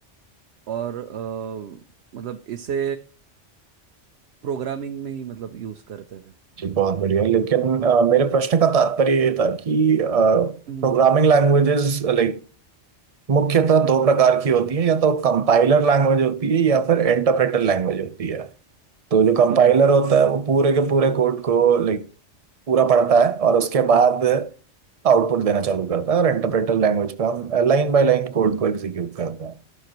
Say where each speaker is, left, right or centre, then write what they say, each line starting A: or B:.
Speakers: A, on the right; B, on the right.
A: और अ, मतलब इसे प्रोग्रामिंग में ही मतलब यूज करते हैं
B: जी बहुत बढ़िया लेकिन अ, मेरे प्रश्न का तात्पर्य ये था कि प्रोग्रामिंग
A: हम्म,
B: लैंग्वेजेस लाइक मुख्यतः दो प्रकार की होती है या तो कंपाइलर लैंग्वेज होती है या फिर इंटरप्रेटर लैंग्वेज होती है तो जो कंपाइलर
A: हम्म
B: होता है वो पूरे के पूरे कोड को लाइक पूरा पढ़ता है और उसके बाद आउटपुट देना चालू करता है और इंटरप्रेटर लैंग्वेज पे हम लाइन बाय लाइन कोड को एग्जीक्यूट करते हैं